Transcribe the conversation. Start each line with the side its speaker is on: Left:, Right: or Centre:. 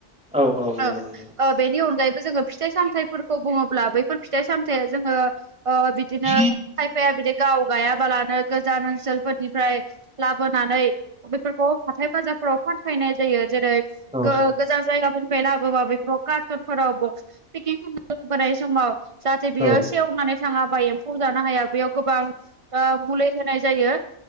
Centre: औ औ नंगौ
Right: औ
Centre: नंगौ
Right: बेनि अनगायैबो जोङो फिथाइ सामथायाइफोरखौ बुङोब्ला बैफोर फिथाइ सामथायाइया जोङो बिदिनो
Centre: औ
Right: खायफाया बिदि गाव गायाबालानो गोजान ओनसोलफोरनिफ्राय लाबोनानै बेफोरखौ हाथाय बाजारफोराव फानफायनाय जायो जेरै
Centre: औ
Right: गोजान जायगाफोरनिफ्राय लाबोबा बेफोर कार्टुनफोराव ब पेकिं खालाम लाबोनाय समाव जाहाथे बियो
Centre: औ
Right: सेवनानै थाङाबा एम्फौ जानो हाया बेयाव गोबां मुलि होनाय जायो